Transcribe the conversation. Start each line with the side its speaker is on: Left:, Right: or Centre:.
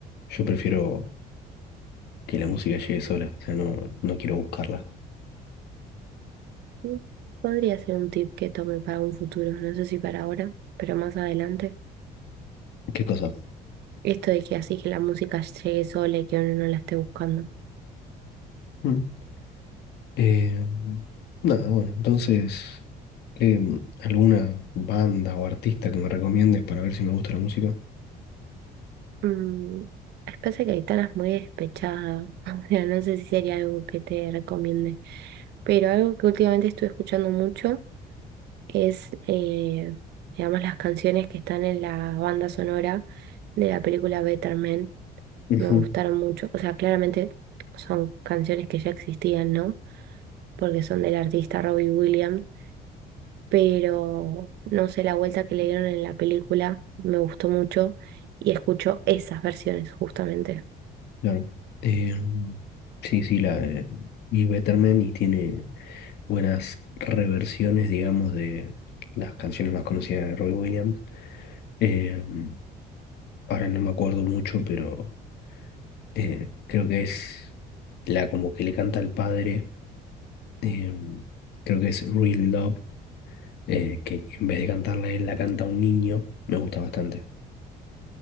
Left: yo prefiero que la música llegue sola. O sea, no, no quiero buscarla.
Right: Mm, Podría ser un tip que tome para un futuro, no sé si para ahora, pero más adelante.
Left: ¿Qué cosa?
Right: Esto de que así que la música llegue sola y que uno no la esté buscando.
Left: Mm. Em, nada, bueno, entonces, em, ¿alguna banda o artista que me recomiendes para ver si me gusta la música?
Right: Mm, pasa que Aitana es muy despechadas <laughs> o sea, no sé si sería algo que te recomiende, pero algo que últimamente estuve escuchando mucho es, eh, digamos, las canciones que están en la banda sonora de la película Better Man,
Left: Ujú.
Right: me gustaron mucho, o sea, claramente son canciones que ya existían, ¿no? Porque son del artista Robbie Williams, pero no sé, la vuelta que le dieron en la película me gustó mucho y escucho esas versiones justamente.
Left: Claro. Em, sí, sí, la, eh, Bill Betterman y tiene buenas reversiones, digamos, de las canciones más conocidas de Robbie Williams. Em, ahora no me acuerdo mucho, pero eh, creo que es la como que le canta al padre. em, creo que es Real Love, eh, que en vez de cantarla a él, la canta a un niño. Me gusta bastante.